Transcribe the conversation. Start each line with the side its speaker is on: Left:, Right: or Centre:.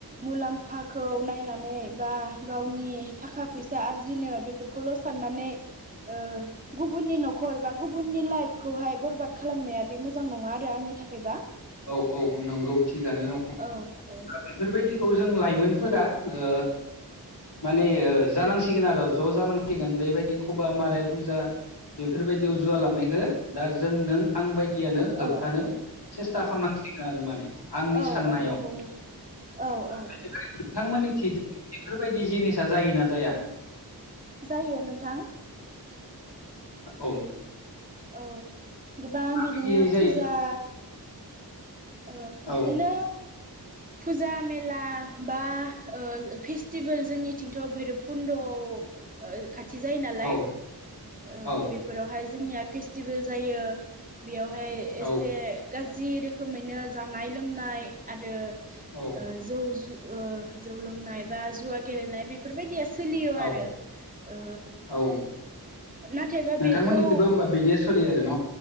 Right: मुलाम फाखौ नायनानै बा गावनि थाखा फैसा आरजिनो बेफोरखौल' साननानै ओ गुबुननि न'खर बा गुबुननि लाइफखौहाय बरबाद खालामनाया बे मोजां नङा आरो आंनि थाखायबा
Left: औ औ नंगौ थिगानो दङ
Right: औ औ
Left: दा बेफोरबायदि खौ जों लाइमोनफोरा ओ माने ओ जानांसिगोन आरो ज' जानांसिगोन बेबायदि खबा माराय फुजा बेफोरबायदियाव जुवा लाबोनायखौ दा जों नों आं बाय दियानो होबथानो
Right: औ
Left: सेस्था खालामनांसिगोन आरो माने
Right: औ
Left: आंनि
Right: औ
Left: साननायाव
Right: औ नंगौ नोंथां औ औ
Left: बेनिफ्राय नोंथांमोननि बेफोरबायदि जिनिसा जायोना जाया
Right: जायो नोंथां।
Left: औ
Right: औ गोबां बिदिनो
Left: बायदि जायो
Right: फुजा ओ बिदिनो
Left: औ
Right: फुजा मेला बा ओ फेस्टिभेल जोंनिथिंथ' भैरबकुन्द'आव <inaudible> खाथि जायो नालाय
Left: औ
Right: ओ
Left: औ
Right: बेफोरावहाय जोंनिया फेस्टिभेल जायो। बेयावहाय एसे
Left: औ
Right: गाज्रि रोखोमैनो जानाय लोंनाय आरो
Left: औ
Right: ओ जौ जु ओ जौ लोंनाय बा जुवा गेलेनाय बे बेफोरबायदिया सोलियो
Left: औ
Right: आरो ओ
Left: औ
Right: नाथायबा
Left: नोंथांमोननिथिबो
Right: बेखौ
Left: होमबा बिदिया सोलियो आरो न